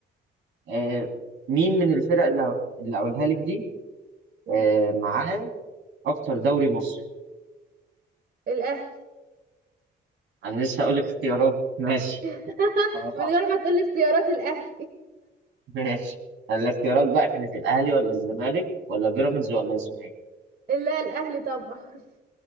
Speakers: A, on the right; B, on the right.
A: آه مين من الفرق اللي اللي اقولها لك دي
B: مم.
A: آه معاه اكتر دوري مصري
B: الاهلي
A: انا لسه اقول لك اختيارات ماشي
B: <laughs>
A: اه
B: من
A: صح
B: غير ما تقولي اختيارات الاهلي
A: ماشي الاختيارات بقى كانت الاهلي ولا الزمالك ولا بيراميدز
B: <laughs>
A: ولا الاسماعيلي
B: لا الاهلي طبعا